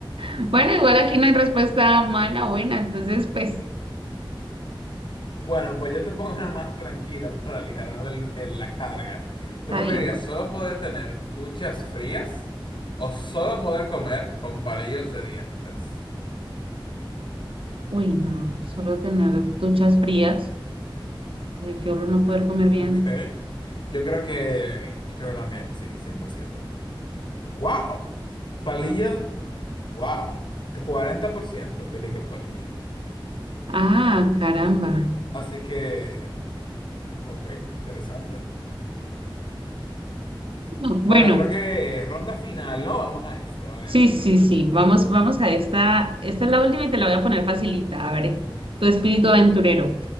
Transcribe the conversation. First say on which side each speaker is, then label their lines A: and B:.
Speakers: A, on the right (about 80°); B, on the left (about 60°).
A: Bueno, igual aquí no hay respuesta mala o buena, entonces pues
B: Bueno, pues yo te pongo una más tranquila para aligerar el- el- la carga.
A: está
B: ¿Tú preferirías
A: bien, pues.
B: solo poder tener duchas frías o solo poder comer con palillos de dientes?
A: Uy, no, solo tener duchas frías. Uy, qué horror no poder comer
B: <laughs>
A: bien.
B: Ok. Yo creo que, yo creo que también, sí, 100%. ¡Wow! Palillos, wow. 40% eligen palillos.
A: Ah, caramba.
B: Así que... Ok, interesante.
A: <laughs>
B: Bueno,
A: Bueno,
B: creo que ronda final, ¿no? Vamos a esto, a ver.
A: sí, sí, sí. Vamos, vamos a esta. Esta es la última y te la voy a poner facilita. A ver, eh, tu espíritu aventurero.